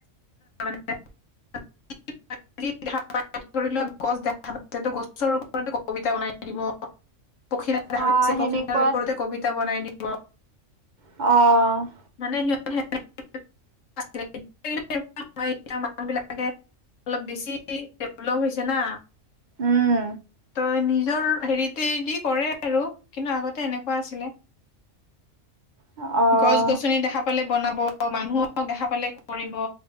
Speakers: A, on the left; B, on the right.
A: <unintelligible> <unintelligible> <unintelligible> গছ দেখা পাইছে, গছৰ ওপৰতে কবিতা বনাই দিব। পখিলা দেখা
B: আহ
A: পাইছে,
B: সেনেকুৱা
A: পখিলাৰ ওপৰতে কবিতা বনাই দিব।
B: অ'।
A: মানে <unintelligible> <unintelligible> এতিয়া মানুহ বিলাকে অলপ বেছি ডেভলপ হৈছে না।
B: উম
A: ত' নিজৰ হেৰিতেই দি কৰে আৰু। কিন্তু আগতে এনেকুৱা আছিলে
B: অ'।
A: গছ গছনি দেখা পালে বনাব, মানুহক দেখা পালে কৰিব